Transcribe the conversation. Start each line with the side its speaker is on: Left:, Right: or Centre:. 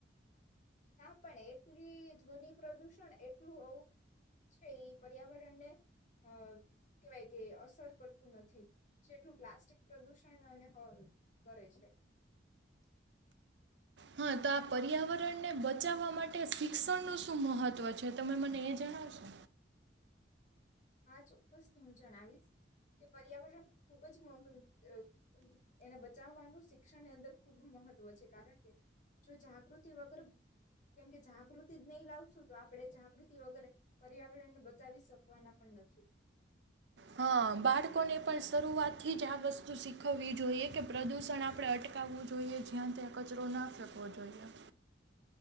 Left: ના પણ એટલી ધ્વનિ પ્રદૂષણ એટલું છે એ પર્યાવરણને અ કેહેવાય કે અસર કરતું નથી જેટલું પ્લાસ્ટિક પ્રદૂષણ અને કરે છે.
Right: હા તો આ પર્યાવરણને બચાવવા માટે શિક્ષણનુંું શું મહત્ત્વ છે તમે મને એ જણાવશો.
Left: હા ચોક્કસથી હું જણાવીશ કે પર્યાવરણ ખુબ જ મહ એને બચાવવાનું શિક્ષણ ની અંદર ખૂબ મહત્વ છે કારણ કે જો જાગૃતિ વગર કેમકે જાગૃતિ જ નહી લાવશું તો આપણેે જાગૃતિ વગર પર્યાવરણને બચાવી શકવાના. <unintelligible>
Right: હા બાળકોને પણ શરૂઆત થી જ આ વસ્તુ શીખવવી જોઈએ કે પ્રદુષણ આપણે અટકાવવું જોઈએ જ્યાં ત્યાં કચરો ના ફેકવો જોઈએ એમ.